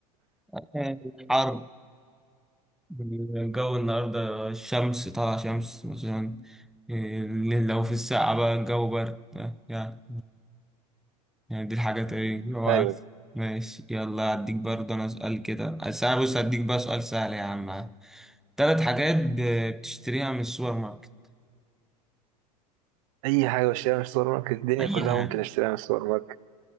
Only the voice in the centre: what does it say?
آه، حر الجو النهاردة الشمس طالعة شمس مثلا إيه، لو في الساعة بقى الجو برد آه، يعني يعني دي الحاجات ايه اللي هو
ماشي يلا هديك برضه انا سؤال كده بس انا بص هديك بقى سؤال سهل يا عم تلات حاجات ب- بتشتريها من السوبر ماركت
اي
حاجة